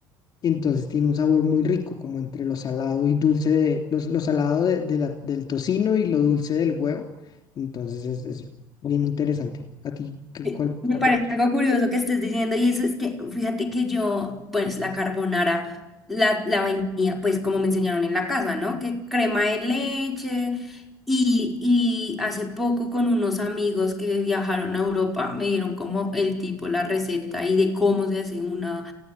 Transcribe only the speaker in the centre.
Me
me parece
algo curioso que estés diciendo y eso es que, fíjate que yo, pues la carbonara, la, la vainilla, pues como me enseñaron en la casa, ¿no? Que crema de leche y, y hace poco con unos amigos que viajaron a Europa me dieron como el tipo, la receta y de cómo se hace una